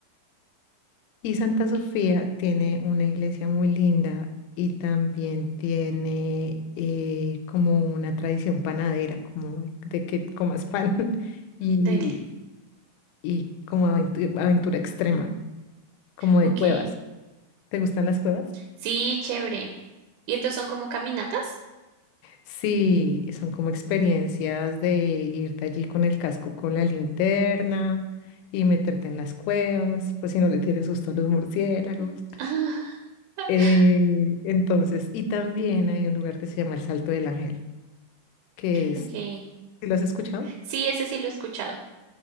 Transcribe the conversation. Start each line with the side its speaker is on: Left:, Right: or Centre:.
Left: Y Santa Sofía
Right: Ok.
Left: tiene una iglesia muy linda y también tiene eh, como una tradición panadera, como de que comas pan <laughs> y,
Right: Delhi.
Left: y como aventu- aventura extrema, como de
Right: Ok.
Left: cuevas. ¿Te gustan las cuevas?
Right: Sí, chévere. ¿Y entonces son como caminatas?
Left: Sí, son como experiencias de irte allí con el casco, con la linterna y meterte en las cuevas, pues si no le tienes susto a los murciélagos.
Right: Mm. Ah, <laughs>
Left: Eh, entonces, y también hay un lugar que se llama el Salto del Ángel, que es,
Right: ok.
Left: ¿sí ¿lo has escuchado?
Right: Sí, ese sí lo he escuchado.